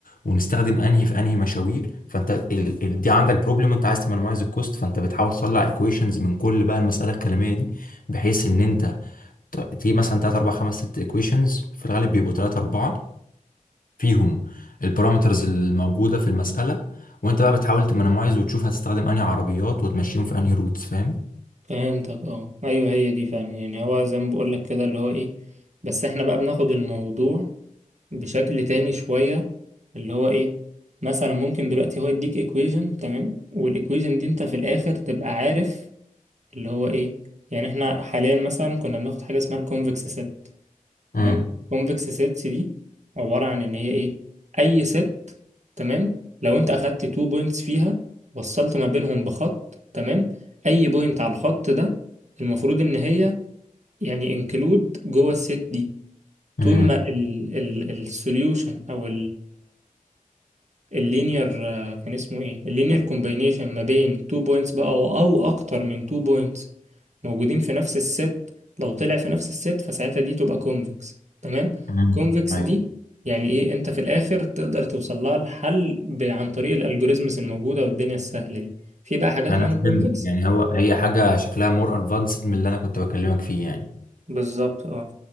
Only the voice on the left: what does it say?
ونستخدم انهي في انهي مشاوير فانت ال... ال... دي عندك بروبلم انت عايز تمنمايز الكوست فانت بتحاول تطلع ايكويشنز من كل بقى المساله الكلاميه دي بحيث ان انت ت- تجيب مثلا 3 4 5 6 ايكويشنز في الغالب بيبقوا 3 4 فيهم البارامترز الموجوده في المساله وانت بقى بتحاول تمنمايز وتشوف هتستخدم انهي عربيات وتمشيهم في انهي روتس فاهم
امم
امم
امم
ايوه
انا
فهمت يعني هو هي حاجه شكلها مور ادفانسد من اللي انا كنت بكلمك فيه يعني